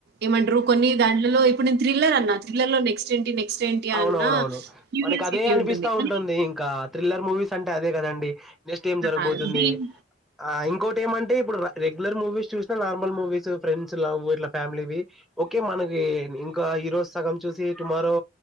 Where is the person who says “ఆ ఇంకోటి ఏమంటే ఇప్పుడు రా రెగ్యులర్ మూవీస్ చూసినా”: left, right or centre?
Centre